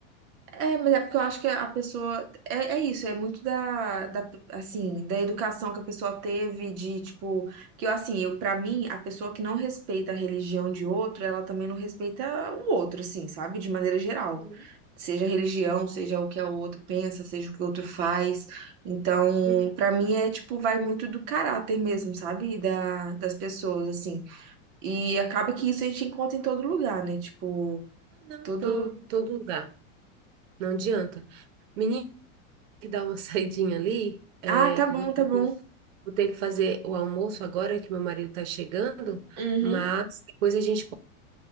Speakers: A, on the right; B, on the right.
A: é, mas é porque eu acho que a pessoa, é, é isso, é muito da, da, assim, da educação que a pessoa teve, de, tipo, que eu, assim, eu, pra mim, a pessoa que não respeita a religião de outro, ela também não respeita o outro, assim, sabe? De maneira geral.
B: Uhum.
A: seja religião, seja o que o outro pensa, seja o que o outro faz. Então,
B: Uhum.
A: pra mim é tipo, vai muito do caráter mesmo, sabe? E Da, das pessoas, assim. E acaba que isso a gente encontra em todo lugar, né? Tipo,
B: Não,
A: todo.
B: então, todo lugar, não adianta. Menina, que dá uma <laughs> saidinha ali, é,
A: Ah, tá
B: que
A: bom,
B: eu vou ter
A: tá bom.
B: que, vou ter que fazer o almoço agora que meu marido está chegando,
A: Uhum.
B: mas depois a gente pode